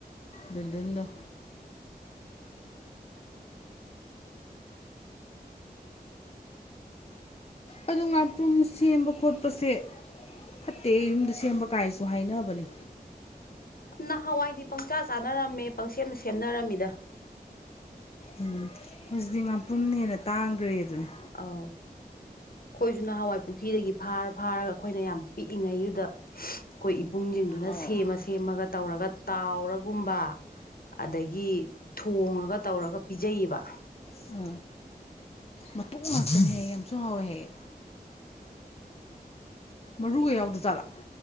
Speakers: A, on the left (about 40°); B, on the left (about 65°).
A: ꯗꯨꯟꯗꯨꯟ ꯗꯣ ꯑꯗꯣ ꯉꯥꯄ꯭ꯔꯨꯝ ꯁꯦꯝꯕ ꯈꯣꯠꯄꯁꯦ ꯐꯠꯇꯦ ꯏꯃꯨꯡꯗ ꯁꯦꯝꯕ ꯀꯥꯏꯁꯨ ꯍꯥꯏꯅꯕꯅꯦ
B: ꯅꯍꯥꯟꯋꯥꯏꯗꯤ ꯄꯪꯆꯥ ꯆꯥꯅꯔꯝꯃꯦ ꯄꯪꯁꯦꯝ ꯁꯦꯝꯅꯔꯝꯃꯤꯗ
A: ꯎꯝ ꯍꯧꯖꯤꯛꯇꯤ ꯉꯥꯄꯨꯝꯅ ꯍꯦꯟꯅ ꯇꯥꯡꯈ꯭ꯔꯦ ꯑꯗꯨꯅꯦ
B: ꯑꯥꯎ ꯑꯩꯈꯣꯏꯁꯨ ꯅꯍꯋꯥꯏ ꯄꯨꯈ꯭ꯔꯤꯗꯒꯤ ꯐꯥꯔ ꯐꯥꯔꯒ ꯑꯩꯈꯣꯏꯅ ꯌꯥꯝ ꯄꯤꯛꯏꯉꯩꯗꯨꯗ ꯑꯩꯈꯣꯏ ꯏꯕꯨꯡꯁꯤꯡꯗꯨꯅ
A: ꯑꯥꯎ
B: ꯁꯦꯝꯃ ꯁꯦꯝꯃꯒ ꯇꯧꯔꯒ ꯇꯥꯎꯔꯒꯨꯝꯕ ꯑꯗꯒꯤ ꯊꯣꯡꯉꯒ ꯇꯧꯔꯒ ꯄꯤꯖꯩꯌꯦꯕ
A: ꯁꯥ ꯃꯇꯣꯛ ꯉꯥꯛꯇꯅꯦ ꯍꯥꯢꯌꯦ ꯌꯥꯝꯁꯨ ꯍꯥꯎꯋꯦ ꯍꯥꯢꯌꯦ ꯃꯔꯨꯒ ꯌꯥꯎꯗ ꯖꯠꯂꯥ